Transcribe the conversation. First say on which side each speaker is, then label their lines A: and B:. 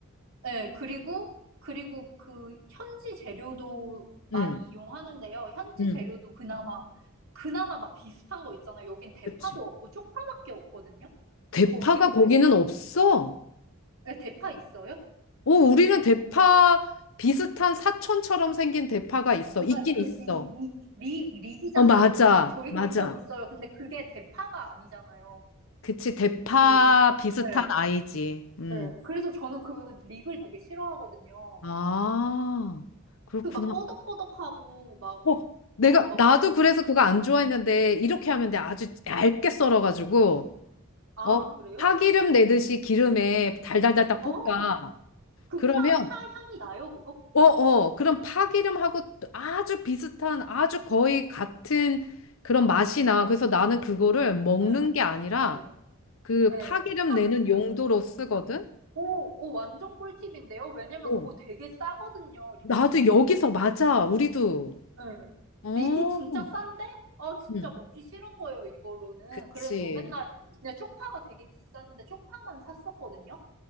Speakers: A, on the right; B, on the left.
A: 네, 그리고, 그리고 그 현지 재료도 많이
B: 응,
A: 이용하는데요. 현지
B: 응,
A: 재료도 그나마, 그나마 막 비슷한 거 있잖아요. 여긴 대파도
B: 그치.
A: 없고 쪽파밖에 없거든요.
B: 대파가
A: 거기도 그래요?
B: 거기는 없어.
A: 네, 대파 있어요?
B: 오, 우리는 대파 비슷한 사촌처럼 생긴 대파가 있어.
A: 그러니까
B: 있긴
A: 그
B: 있어.
A: 리, 리, 리, 릭이잖아요,
B: 어, 맞아,
A: 릭. 저희도
B: 맞아.
A: 그건 있어요. 근데 그게 대파가 아니잖아요.
B: 그치, 대파
A: 그,
B: 비슷한
A: 네,
B: 아이지. 음.
A: 네. 그래서 저는 그 릭을 되게 싫어하거든요.
B: 아, 그렇구나.
A: 그 막 뻐덕뻐덕하고 막,
B: 어, 내가,
A: 어, 막,
B: 나도
A: 그-
B: 그래서 그거 안 좋아했는데, 이렇게 하면 돼. 아주 얇게 썰어가지고,
A: 아,
B: 어,
A: 그래요?
B: 파기름 내듯이 기름에 달달달달
A: 어.
B: 볶아.
A: 그럼
B: 그러면,
A: 파, 파 향이 나요, 그거?
B: 어, 어, 그럼 파기름하고 아주 비슷한, 아주 거의 같은 그런 맛이 나. 그래서 나는 그거를 먹는
A: 네,
B: 게 아니라,
A: 네,
B: 그
A: 네.
B: 파기름
A: 파
B: 내는
A: 기름.
B: 용도로 쓰거든?
A: 오, 오, 완전 꿀팁인데요? 왜냐면
B: 어.
A: 그거 되게 싸거든요, 릭이.
B: 나도 여기서 맞아, 우리도.
A: 네.
B: 어,
A: 릭이 진짜 싼데? 아, 진짜
B: 응,
A: 먹기 싫은 거예요, 이걸로는.
B: 그치.
A: 그래서 저 맨날, 그냥 쪽파가 되게 비싼데 쪽파만 샀었거든요?